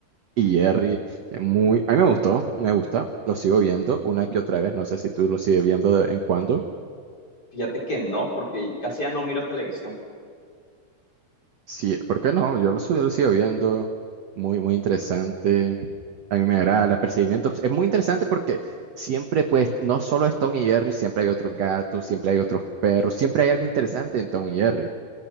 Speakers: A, on the right (about 60°); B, on the left (about 25°).
A: y Jerry. eh, Muy, a mí me gustó, me gusta, lo sigo viendo una que otra vez, no sé si tú lo sigues viendo de vez en cuando.
B: Fíjate que no, porque casi ya no miro televisión.
A: Sí, ¿por qué no? Yo lo, su- lo sigo viendo, muy, muy interesante. A mí me agrada, el perseguimientos. Es muy interesante porque siempre, pues, no solo es Tom y Jerry, siempre hay otros gatos, siempre hay otros perros, siempre hay algo interesante en Tom y Jerry.